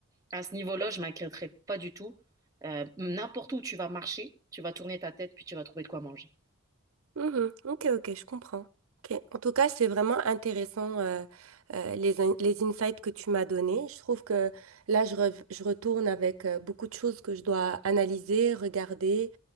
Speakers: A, on the right; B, on the right.
A: à ce niveau-là, je m'inquiéterais pas du tout. Euh, n'importe où tu vas marcher, tu vas tourner ta tête puis tu vas trouver de quoi manger.
B: Mhm. Ok, ok, je comprends. Ok. En tout cas, c'est vraiment intéressant euh, euh, les, in- les insights que tu m'as donnés. Je trouve que là, je, rev- je retourne avec euh, beaucoup de choses que je dois analyser, regarder.